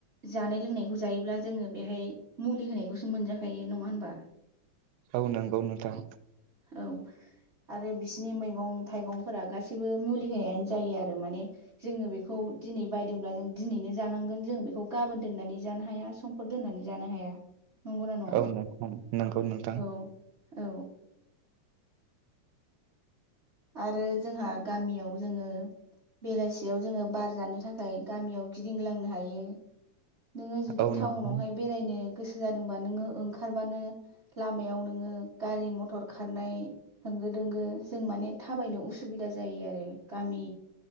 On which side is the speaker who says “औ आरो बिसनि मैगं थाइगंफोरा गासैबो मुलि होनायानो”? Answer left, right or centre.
Right